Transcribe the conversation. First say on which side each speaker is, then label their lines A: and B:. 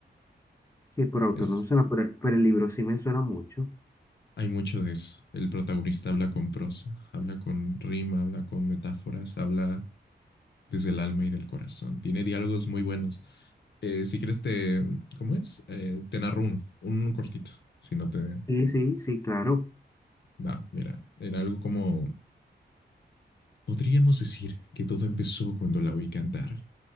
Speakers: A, on the left; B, on the left.
A: que por autor
B: es,
A: no me suena, pero, pero el libro sí me suena mucho.
B: hay mucho de eso. El protagonista habla con prosa, habla con rima, habla con metáforas, habla desde el alma y del corazón. Tiene diálogos muy buenos. Eh, si quieres te, ¿cómo es? Eh, te narro uno, un cortito. Si no te
A: Sí, sí, sí, claro,
B: va, mira, era algo como, podríamos decir que todo empezó cuando la oí cantar.